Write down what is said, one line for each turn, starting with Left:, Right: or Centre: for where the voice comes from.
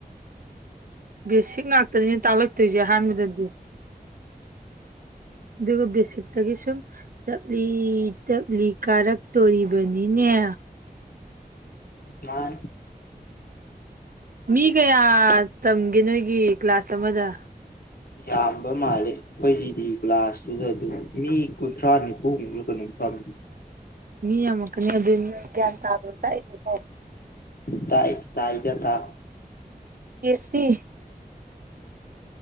Right: ꯕꯦꯁꯤꯛ ꯉꯥꯛꯇꯥꯅꯤ ꯇꯥꯛꯂꯛ ꯇꯨꯁꯦ ꯑꯍꯥꯟꯕꯗ <unintelligible> ꯑꯗꯨꯒ ꯕꯦꯁꯤꯛꯇꯒꯤ ꯁꯨꯝ ꯇꯞꯂꯤ ꯇꯞꯂꯤ ꯀꯥꯔꯛꯇꯣꯔꯤꯕꯅꯤꯅꯦ
Left: ꯃꯥꯥꯟ
Right: ꯃꯤ ꯀꯌꯥ ꯇꯝꯒꯦ ꯅꯣꯏꯒꯤ ꯀ꯭ꯂꯥꯁ ꯑꯃꯗ
Left: ꯌꯥꯝꯕ ꯃꯥꯜꯂꯦ ꯑꯩꯈꯣꯏꯒꯤꯗꯤ ꯒ꯭ꯂꯥꯁꯇꯨꯗ ꯑꯗꯨꯝ ꯃꯤ ꯀꯨꯟꯊ꯭ꯔꯥ ꯅꯤꯐꯨꯃꯨꯛꯂ ꯑꯗꯨꯝ ꯐꯪꯃꯤ
Right: ꯃꯤ ꯑꯃ ꯀ ꯑꯗꯨ ꯀ ꯇꯥ ꯇꯥꯏ ꯑꯣ
Left: ꯇ ꯇꯥꯥꯏꯗ ꯊꯥ
Right: ꯑꯦꯄꯤ